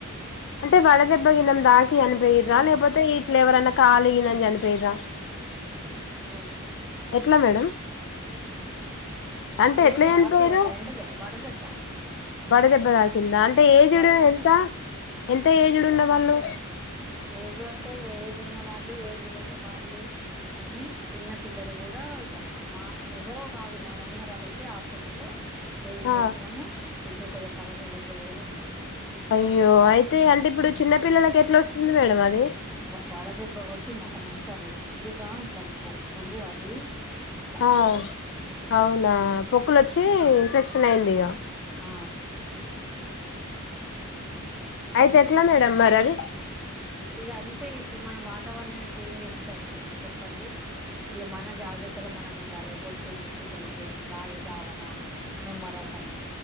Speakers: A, on the left; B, in the centre.
A: అంటే వడదెబ్బ గిన్నం దాకి చనిపోయరా
B: ఎవరికి
A: లేకపోతే ఇట్లేవరైనా కాలి గిన చనిపోయరా
B: ఆ
A: ఎట్లా మేడం అంటే
B: లేదు
A: ఎట్లా చనిపోయారు
B: హార్ట్ వర్ ఎండ్ వడదెబ్బా
A: వడ దెబ్బ తాకిందా అంటే ఏజ్డ్
B: వడదెబ్బని
A: ఎంత ఎంత ఏజ్డ్ ఉన్న వాళ్ళు
B: ఏజ్ అంటే ఏజ్ ఉన్న వాళ్ళు ఏజ్ లేని వాళ్ళు మ్మ్ చిన్న పిల్లలు కూడా ఇట్లా మా ఎవరో కాదు మా మన్మరాలయితే హాస్పిటల్ల్లో జాయిన్
A: ఆ
B: చేసినము ఇప్పుడు కొద్దిగా పర్లేదు ఇరవై వేలయింది
A: అయ్యో అయితే అంటే ఇప్పుడు చిన్నపిల్లలకెట్లోస్తుంది మేడమది
B: వడ దెబ్బ కొట్టి ముఖమంతా రెడ్ గా ఇట్లా పొక్కులు అది అట్లా
A: ఆ అవునా
B: ఉమ్
A: పొక్కులొచ్చి
B: ఉమ్
A: ఇన్ఫెక్షన్ అయింది ఇగ
B: ఆ
A: అయితే
B: అది
A: ఎట్లా
B: విశేషం
A: మేడం మరి అది
B: ఇగంతే ఇప్పుడు మనం వాతావరణానికి ఏం చేస్తాం చెప్పండి ఈ మన జాగ్రత్తల మనం ఉండాలి పొద్దున్నే పిల్లలకి రాగి జావన నిమ్మరసమ